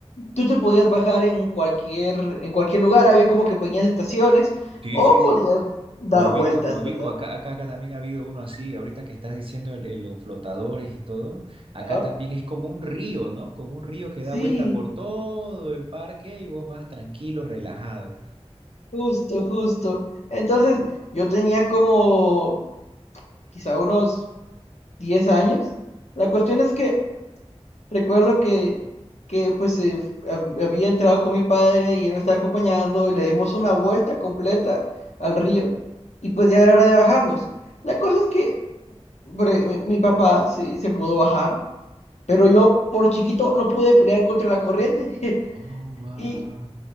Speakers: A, on the left; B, on the right.
A: Tú te podías bajar en cualquier, en cualquier lugar, había como que pequeñas estaciones
B: Sí,
A: o
B: sí, sí.
A: podías dar
B: Me ubico,
A: vueltas,
B: me ubico.
A: ¿verdad?
B: Acá, acá, acá también ha habido uno así, ahorita que estás diciendo el- el- los flotadores y todo. Acá
A: Ah,
B: también es como un río, ¿no? Como un río que
A: Sí,
B: da vuelta por todo el parque y vos vas tranquilo, relajado.
A: justo, justo. Entonces, yo tenía como quizá unos 10 años. La cuestión es que recuerdo que, que pues eh, f- hab- había entrado con mi padre y él me estaba acompañando y le dimos una vuelta completa al río y pues ya era hora de bajarnos. La cosa es que bre- mi mi papá sí se pudo bajar, pero yo por chiquito no pude pelear contra la corriente
B: Oh,
A: <laughs>
B: wow.
A: y,